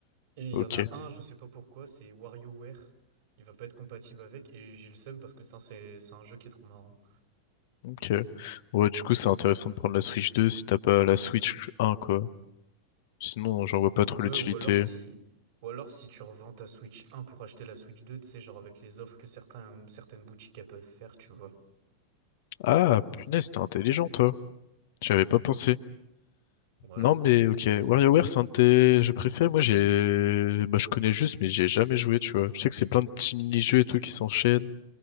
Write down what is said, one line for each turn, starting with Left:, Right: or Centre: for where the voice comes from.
Right: Et il
Left: Ok,
Right: y en a un, je sais pas pourquoi, c'est WarioWare. Il va pas être compatible avec, et j'ai le seum parce que ça, c'est c'est un jeu qui est trop marrant.
Left: ok. Ouais, du coup, c'est intéressant de prendre la Switch 2 si t'as pas la Switch 1, quoi. Sinon, j'en vois pas
Right: Ou-
Left: trop
Right: Ouais,
Left: l'utilité.
Right: ou alors si. Ou alors si tu revends ta Switch 1 pour acheter la Switch 2, tu sais, genre avec les offres que certains, certaines boutiques elles peuvent faire, tu vois.
Left: Ah, punaise, t'es intelligent, toi. J'avais pas pensé.
Right: Ouais.
Left: Non, mais ok. WarioWare, c'est un de tes jeux préférés. Moi, j'ai, bah, je connais juste, mais j'ai jamais joué, tu vois. Je sais que c'est plein de petits mini-jeux et tout qui s'enchaînent.